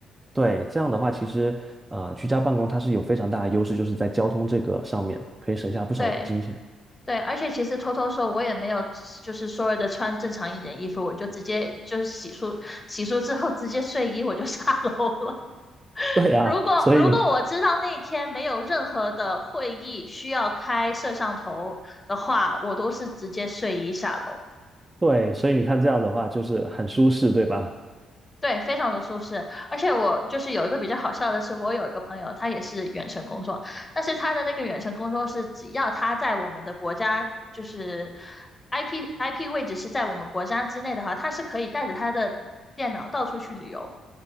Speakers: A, on the right; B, on the left.
A: 对，这样的话，其实呃，居家办公它是有非常大的优势，就是在交通这个上面可以省下不少的金钱。
B: 对对，而且其实偷偷说，我也没有，就是所谓的穿正常一点衣服，我就直接就是洗漱，洗漱之后直接睡衣我就 <laughs> 下楼了。<laughs>
A: 对啊，
B: 如果如果我知道那天没有任何的会议需要开摄像头的话，
A: 所以
B: 我都是直接睡衣下楼。
A: 对，所以你看这样的话就是很舒适，对吧？
B: 对，非常的舒适，而且我就是有一个比较好笑的是，我有一个朋友，他也是远程工作，但是他的那个远程工作是，只要他在我们的国家，就是 IP IP 位置是在我们国家之内的话，他是可以带着他的电脑到处去旅游。